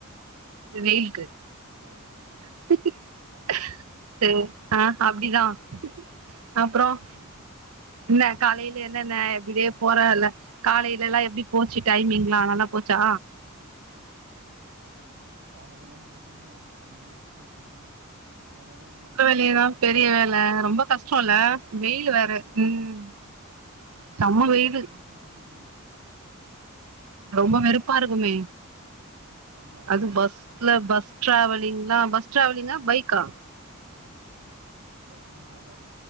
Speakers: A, on the right; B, on the right.
A: இந்த வெயிலுக்கு
B: ஓ
A: <unintelligible>
B: அப்டியா
A: அப்படிதான் அப்பறம்
B: ம்
A: இன்ன காலையில என்னன்ன இப்டியே
B: அப்றோ
A: போறல காலையில எல்லாம் எப்டி போச்சு டைமிங்லாம் நல்லா போச்சா
B: காலைல ஏன் கேக்குறீங்க அங்கங்க சுத்திட்டுருந்தேனு ஒரு எடம் இல்ல
A: வீட்டு
B: இன்னக்கு
A: வேலையதா
B: ஃபுல்லா ஒரு
A: பெரிய வேல
B: இருவது
A: ரொம்ப
B: முப்பது
A: கஷ்டோல்ல
B: கிலோமீட்டர் அப்டியே
A: வெயில்
B: சுத்திக்கிட்டே
A: வேற
B: இருக்கேன்
A: ம்
B: ஆமா
A: செம்ம
B: ஒரு முப்பது
A: வெயிலு
B: கிலோமீட்டர் சுத்திட்ருந்தேன்
A: ரொம்ப வெருப்பாருக்குமே
B: ஆமா
A: அதுக் பஸ் ல்ல பஸ் டிராவலிங்ளா பஸ் டிராவலிங்கா பைக்கா
B: பஸ்சும் போன